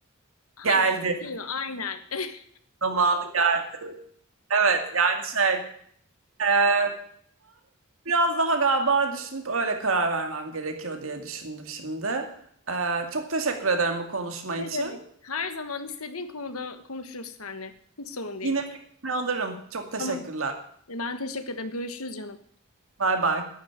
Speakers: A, on the left; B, on the right.
A: hadi
B: Geldi.
A: diyor aynen. <laughs>
B: Zamanı geldi. Evet yani şey Ee, Biraz daha galiba düşünüp öyle karar vermem gerekiyor diye düşündüm şimdi. Ee, çok teşekkür ederim bu konuşma
A: Ne
B: için.
A: demek? Her zaman istediğin konuda konuşuruz seninle. Hiç sorun değil.
B: Yine fikrini alırım. Çok teşekkürler.
A: Tamam. E, Ben teşekkür ederim. Görüşürüz canım.
B: Bay bay.